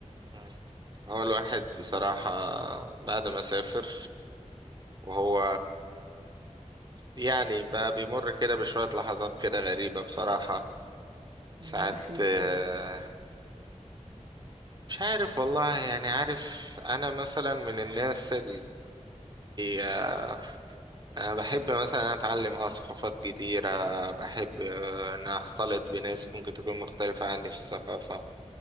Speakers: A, on the right; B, on the right.
A: مم. هو الواحد بصراحة بعد ما سافر وهو يعني بقى بيمر كده بشوية لحظات كده غريبة بصراحة
B: من
A: ساعات
B: اي حيث
A: آه،
B: يعني
A: مش عارف والله يعني عارف انا مثلا من الناس اللي آه، أنا بحب مثلا اتعلم اه ثقافات جديدة بحب آه، ان اختلط بناس ممكن تكون مختلفة عني في الثقافة